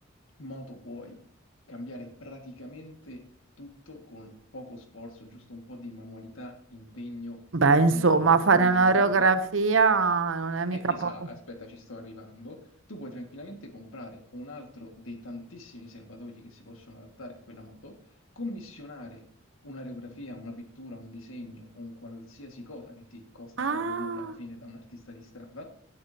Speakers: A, on the left (about 85°); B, on the right (about 70°).
A: moto puoi cambiare praticamente tutto con poco sforzo, giusto un po' di manualità, impegno
B: Beh, insomma,
A: e
B: fare
A: voglia
B: un'oreografia
A: di fare.
B: non è mica
A: Eh, Esa,
B: poco.
A: aspetta, ci sto arrivando. Tu puoi tranquillamente comprare un altro dei tantissimi serbatoi che si possono adattare a quella moto, commissionare un'aerografia, una pittura, un disegno, un qualsiasi cosa che ti costa
B: Ah,
A: poco e nulla alla fine da un artista di strada,